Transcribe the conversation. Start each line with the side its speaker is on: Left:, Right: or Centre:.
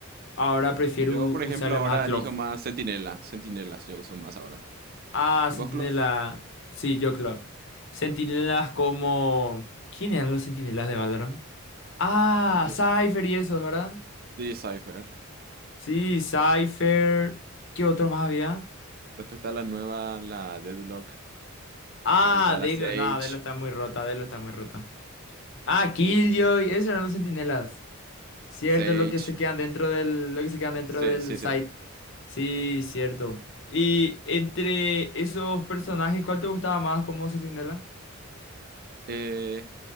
Left: Ahora prefiero
Right: Yo,
Left: u-
Right: por
Left: usarle
Right: ejemplo, ahora
Left: más a Klopp.
Right: elijo más Centinela. Centinelas yo uso más ahora.
Left: Ah,
Right: ¿Y
Left: Sentinela.
Right: vos, Clof?
Left: Sí, yo Club. Sentinelas como. ¿Quién eran los sentinelas de Valorant? Ah,
Right: Yo-
Left: Cypher y esos, ¿verdad?
Right: Sí, Cypher.
Left: Sí, Cypher. ¿Qué otro más había?
Right: Después está la nueva, la Deadlock.
Left: Ah,
Right: También estaba la
Left: Delo.
Right: Sage.
Left: No, Delo está muy rota, Delo está muy rota. Ah, Killjoy. Esos eran los sentinelas. Cierto,
Right: Sage.
Left: lo que se quedan dentro del. Lo que se quedan dentro
Right: Sí,
Left: del
Right: sí,
Left: site.
Right: sí.
Left: Sí, cierto. Y entre esos personajes, ¿cuál te gustaba más como sentinela?
Right: Eh,